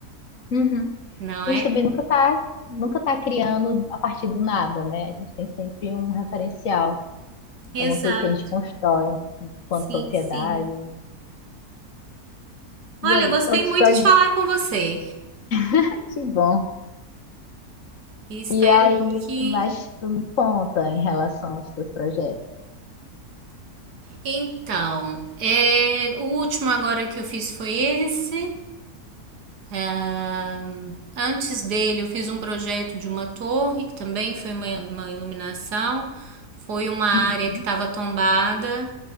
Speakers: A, on the left; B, on the right.
A: Uhum.
B: não
A: A
B: é?
A: gente também nunca está nunca tá criando a partir do nada, né? A gente tem sempre um referencial,
B: Exato,
A: alguma coisa que a gente constrói enquanto
B: sim,
A: sociedade.
B: sim. Olha,
A: E aí,
B: eu gostei
A: outros
B: muito
A: projetos,
B: de falar com você
A: <laughs> que bom.
B: e espero
A: E aí,
B: que.
A: o que mais tu me conta em relação aos teus projetos?
B: Então, é, o último agora que eu fiz foi esse. Ahn, antes dele, eu fiz um projeto de uma torre, que também foi uma, uma iluminação. Foi uma
A: Uhum.
B: área que estava tombada